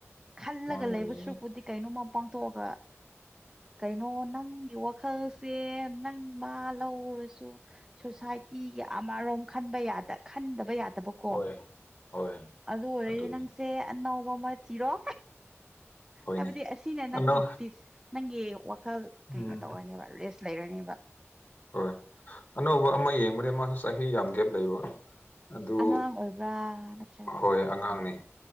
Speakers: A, on the right; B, on the left.
A: ꯈꯜꯂꯒ
B: ꯃꯥꯡꯒꯅꯤ
A: ꯂꯩꯕ ꯁꯔꯨꯛꯄꯨꯗꯤ ꯀꯩꯅꯣꯝꯃ ꯄꯥꯡꯊꯣꯛꯑꯒ ꯀꯩꯅꯣ ꯅꯪꯒꯤ ꯋꯥꯈꯜꯁꯦ ꯅꯪ ꯃꯥ ꯂꯧꯔꯁꯨ ꯁꯣꯁꯥꯏꯇꯤꯒꯤ ꯑꯃꯔꯣꯝ ꯈꯟꯕ ꯌꯥꯗ ꯈꯟꯗꯕ ꯌꯥꯗꯕ ꯀꯣ
B: ꯍꯣꯏ ꯍꯣꯏ
A: ꯑꯗꯨ ꯑꯣꯏꯔꯗꯤ
B: ꯑꯗꯨꯅꯤ
A: ꯅꯪꯁꯦ ꯑꯅꯧꯕ ꯑꯃ ꯊꯤꯔꯣ
B: ꯍꯣꯏꯅꯦ
A: ꯍꯥꯏꯕꯗꯤ ꯑꯁꯤꯅꯦ ꯅꯪꯒꯤ
B: ꯑꯗꯣ
A: ꯄꯤꯁ ꯅꯪꯒꯤ ꯋꯥꯈꯜ ꯀꯩꯅꯣ
B: ꯎꯝ
A: ꯇꯧꯔꯅꯦꯕ ꯔꯦꯁ ꯂꯩꯔꯅꯦꯕ
B: ꯍꯣꯏ ꯑꯅꯧꯕ ꯑꯃ ꯌꯦꯡꯕꯅ‌ꯦ ꯃꯥꯁꯨ ꯆꯍꯤ ꯌꯥꯝ ꯒꯦꯞ ꯂꯩꯕ ꯑꯗꯨ
A: ꯑꯉꯥꯡ ꯑꯣꯏꯕ꯭ꯔꯥ ꯅꯠꯇ꯭ꯔꯒ
B: ꯍꯣꯏ ꯑꯉꯥꯡꯅꯦ